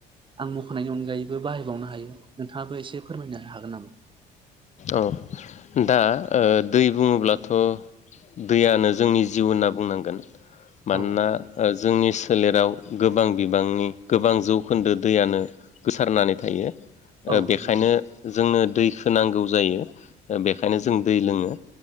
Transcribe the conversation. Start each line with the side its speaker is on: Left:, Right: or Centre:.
Right: आं मख'नायनि अनगायैबो बाहायबावनो हायो नोंथाङाबो एसे फोरमायनो हागोन नामा
Left: औ दा ओ दै बुङोब्लाथ' दैयानो जोंनि जिउ होनना बुंनांगोन मानोना
Right: औ
Left: ओ जोंनि सो- लेराव गोबां बिबांनि गोबां जौखोन्दो दैयानो गोसारनानै थायो ओ
Right: औ
Left: बेखायनो
Right: नंगौ
Left: जोंनो दैखौ नांगौ जायो ओ बेखायनो जों दै लोङो